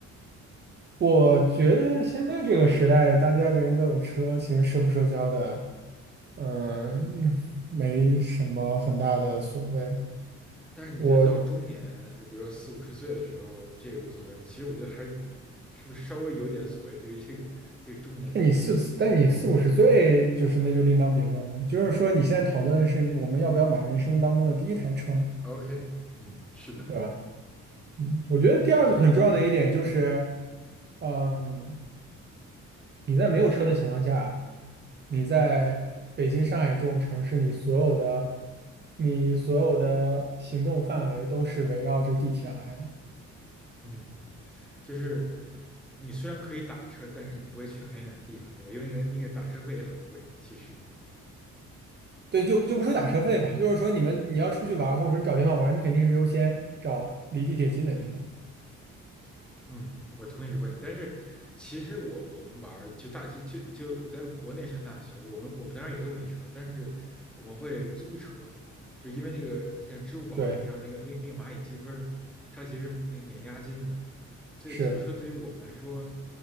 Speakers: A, on the right; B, in the centre.
A: 我觉得现在这个时代，大家人人都有车，其实社不社交的，嗯，没什么很大的所谓。
B: 但是你觉得到中年，
A: 我，
B: 就比如说四五十岁的时候，这也无所谓吗？其实我觉得还是以是不是稍微有点所谓对于这个这个中年人
A: 但你四，但你四五十岁，就是那就另当别论了。就是说，你现在讨论的是我们要不要买人生当中的第一台车嘛，
B: OK，嗯，是的，
A: 对吧？嗯，我觉得第二个很重要的一点就是，
B: 对，所以嗯
A: 嗯。你在没有车的情况下，你在北京、上海这种城市，你所有的你所有的行动范围都是围绕着地铁来的。
B: 嗯，就是你虽然可以打车，但是你不会去很远的地方，对吧？因为那个那个打车费也很贵，其实，
A: 对，就就不说打车费吧，就是说你们你要出去玩儿，或者说你找地方玩儿，你肯定是优先找离地铁近的地方。
B: 嗯，我同意这个观点。但是其实我我们玩儿就大就就就在国内上大学，我们我们当然也都没车，但是我们会租车，就因为那个现在支付宝，
A: 对，
B: 你知道那个那那个蚂蚁积分儿它其实那个免押金的，所以租车对于我们来说，
A: 是，